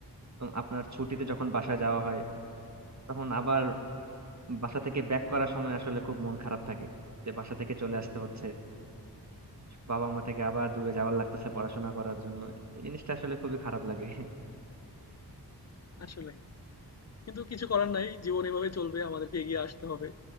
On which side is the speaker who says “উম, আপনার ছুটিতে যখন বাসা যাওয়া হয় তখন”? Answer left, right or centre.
Right